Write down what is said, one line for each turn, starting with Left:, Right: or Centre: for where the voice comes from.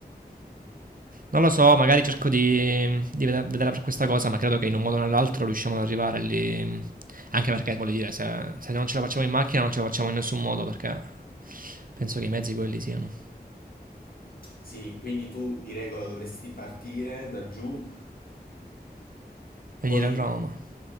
Right: Non lo so, magari cerco di, di vede- vederla per questa cosa, ma credo che in un modo o nell'altro riusciamo ad arrivare lì. Anche perché, voglio dire, se, se non ce la facciamo in macchina non ce la facciamo in nessun modo, perché penso che i mezzi quelli siano.
Left: Sì, quindi tu di regola dovresti partire da giù,
Right: Venire
Left: poi
Right: a Roma.